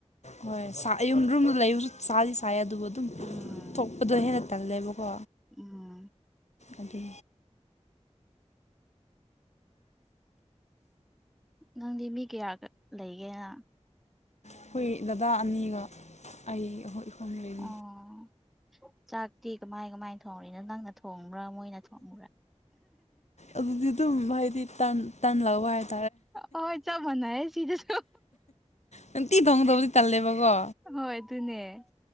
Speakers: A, on the left; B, in the centre.
A: ꯍꯣꯏ ꯁꯥ ꯌꯨꯝꯔꯨꯝꯗ ꯂꯩꯕꯁꯨ ꯁꯥꯗꯤ ꯁꯥꯏ ꯑꯗꯨꯕꯨ ꯑꯗꯨꯝ
B: ꯎꯝ
A: ꯊꯣꯞꯄꯗ ꯍꯦꯟꯅ ꯇꯜꯂꯦꯕꯀꯣ
B: ꯎꯝ
A: ꯑꯗꯤ
B: ꯅꯪꯗꯤ ꯃꯤ ꯀꯌꯥꯒ ꯂꯩꯒꯦꯅ
A: ꯑꯈꯣꯏ ꯗꯗꯥ ꯑꯅꯤꯒ ꯑꯩ ꯑꯈꯣꯏ ꯏꯍꯨꯝ ꯂꯩꯔꯤ
B: ꯑꯣ ꯆꯥꯛꯇꯤ ꯀꯃꯥꯏ ꯀꯃꯥꯏꯟ ꯊꯣꯡꯔꯤꯅꯣ ꯅꯪꯅ ꯊꯣꯡꯕ꯭ꯔꯥ ꯃꯣꯏꯅ ꯊꯣꯡꯕ꯭ꯔꯥ
A: ꯑꯗꯨꯗꯤ ꯑꯗꯨꯝ ꯍꯥꯏꯗꯤ ꯇꯟ ꯇꯟꯂꯧꯕ ꯍꯥꯏꯕ
B: ꯍꯣꯏ ꯆꯞ ꯃꯅꯩꯌꯦ ꯁꯤꯗꯁꯨ
A: ꯅꯨꯡꯇꯤ ꯊꯣꯡꯗꯕꯨꯗꯤ ꯇꯜꯂꯦꯕꯀꯣ
B: ꯍꯣꯏ ꯑꯗꯨꯅꯦ